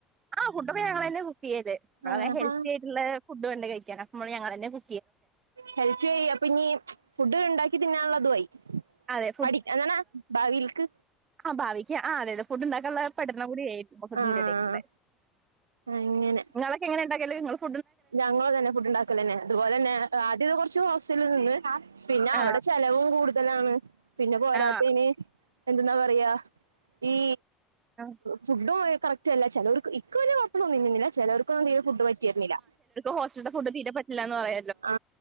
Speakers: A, on the right; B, on the right.
A: ആ ഫുഡൊക്കെ ഞങ്ങൾ തന്നെ കുക്ക് ചെയ്ല് നമ്മള്
B: ആഹാ
A: ഹെൽത്തി ആയിട്ടുള്ള ഫുഡ് വേണ്ടേ കഴിക്കാൻ അപ്പ ഞങ്ങൾ തന്നെ കു
B: ഹെൽപ്ചെയ അപ്പൊ ഇനി ഫുഡ് ഉണ്ടാക്കി തിന്നാനുള്ളതുമായി
A: അതെ
B: പഠ എങ്ങനെ ഭാവിയിൽക്ക്
A: ആ ഭാവിക്ക് ആ അതെ അതെ ഫുഡ്ണ്ടാക്കാനുള്ള പഠന കൂടി ആയി അതിന്റെ
B: ആഹ്
A: ഇടയിൽ കൂടി
B: അങ്ങനെ
A: നിങ്ങളക്കെ എങ്ങനെ ഉണ്ടാക്കല് <unintelligible>
B: ഞങ്ങള് തന്നെ ഫുഡ്ണ്ടാക്കല് തന്നെ അതുപോലെ തന്നെ ആദ്യമക്കെ കുറച്ചു ഹോസ്റ്റലിൽ നിന്ന് പിന്നെ
A: ആഹ്
B: അവിടെ ചെലവും കൂടുതലാണ് പിന്നെ പോരാത്തന്
A: ആഹ്
B: എന്തെന്നാ പറയാ ഈ
A: ആഹ്
B: ഫുഡും കറക്റ്റ് അല്ല ചിലർക്ക് ഇക്ക്വല്യ കുഴപ്പമൊന്നും തോന്നിയില്ല ചിലർക്കൊന്നും തീരെ ഫുഡ് പറ്റിയിരുന്നില്ല
A: ഹോറ്റലിത്തെ ഫുഡ് തീരെ പറ്റില്ല എന്ന് പറയും
B: ആ